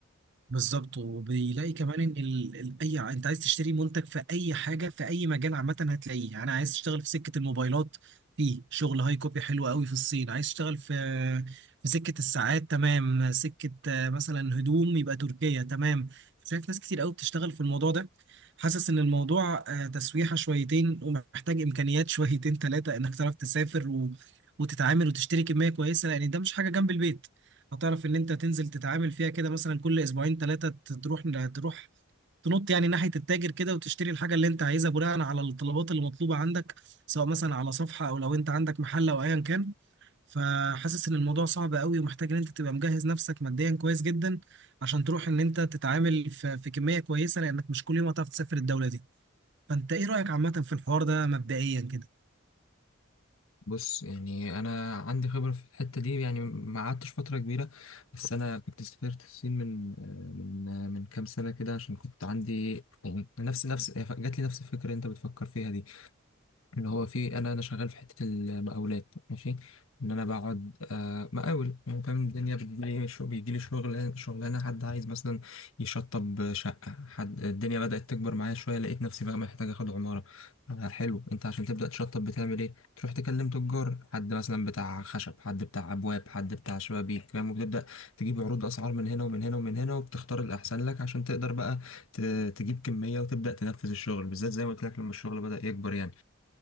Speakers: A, on the right; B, on the left.
A: بالظبط وبيلاقي كمان ان ال... ال... اي ع- انت عايز تشتري منتج في اي حاجه في اي مجال عامه هتلاقيه يعني انا عايز اشتغل في سكه الموبايلات في شغل هاي كوبي حلو قوي في الصين عايز اشتغل في في سكه الساعات تمام سكه آه، مثلا هدوم يبقى تركيا تمام شايف ناس كتير قوي بتشتغل في الموضوع ده حاسس ان الموضوع آه، تسويحه شويتين ومحتاج امكانيات <laughs> شويتين ثلاثه انك تعرف تسافر و... وتتعامل وتشتري كميه كويسه لان ده مش حاجه جنب البيت هتعرف ان انت تنزل تتعامل فيها كده مثلا كل اسبوعين ثلاثه تروح تروح تنط يعني ناحيه التاجر كده وتشتري الحاجه اللي انت عايزها بناء على الطلبات اللي مطلوبه عندك سواء مثلا على صفحه او لو انت عندك محل او ايا كان فحاسس ان الموضوع صعب قوي ومحتاج ان انت تبقى مجهز نفسك ماديا كويس جدا عشان تروح ان انت تتعامل في في كميه كويسه لانك مش كل يوم هتعرف تسافر الدوله دي فانت ايه رايك عامه في الحوار ده مبدئيا كده
B: بص يعني انا عندي خبرة في الحتة دي يعني ما قعدتش فترة كبيرة بس انا كنت سافرت الصين من من من كام سنة كده عشان كنت عندي يعني نفس نفس جات لي نفس الفكرة اللي انت بتفكر فيها دي اللي هو في انا انا شغال في حته المقاولات ماشي ان انا بقعد آه مقاول يعني فاهم الدنيا بتجيلي شو بيجيلي شغل شغلانه حد عايز مثلا يشطب شقه حد الدنيا بدات تكبر معايا شويه لقيت نفسي بقى محتاج اخد عماره آه حلو انت عشان تبدا تشطب بتعمل ايه تروح تكلم تجار حد مثلا بتاع خشب حد بتاع ابواب حد بتاع شبابيك فاهم وبتبدا تجيب عروض اسعار من هنا ومن هنا ومن هنا وبتختار الاحسن لك عشان تقدر بقى ت- تجيب كميه وتبدا تنفذ الشغل بالذات زي ما قلت لك لما الشغل بدا يكبر يعني